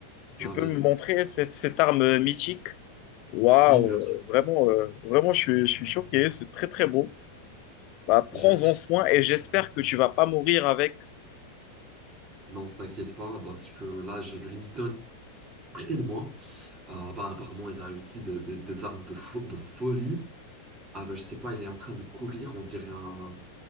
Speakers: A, on the left; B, on the right.
A: Tu
B: Bah,
A: peux
B: vas-y.
A: me montrer cette, cette arme mythique? Waouh,
B: Oui, bien sûr.
A: euh, vraiment, euh, vraiment, je suis, je suis choqué. C'est très, très beau. Bah, prends-en
B: Je lâche.
A: soin et j'espère que tu vas pas mourir avec.
B: Non, t'inquiète pas, parce que là, j'ai Brimstone près de moi. Ah, bah, apparemment, il a aussi des, des- des armes de, fo- de folie. Ah ben je sais pas, il est en train de courir, on dirait un...